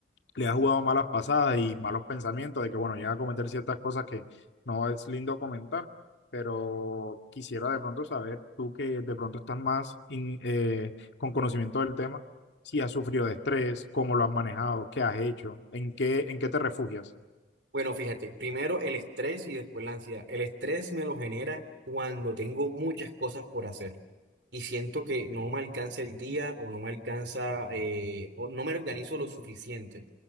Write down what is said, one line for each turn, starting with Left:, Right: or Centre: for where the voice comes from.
Left: le ha jugado malas pasadas y malos pensamientos de que, bueno, llega a cometer ciertas cosas que no es lindo comentar, pero quisiera de pronto saber, tú que de pronto estás más in- eh, con conocimiento del tema, si has sufrido de estrés, cómo lo has manejado, qué has hecho, en qué, en qué te refugias.
Right: Bueno, fíjate, primero el estrés y después la ansiedad. El estrés me lo genera cuando tengo muchas cosas por hacer y siento que no me alcanza el día o no me alcanza eh, o no me organizo lo suficiente.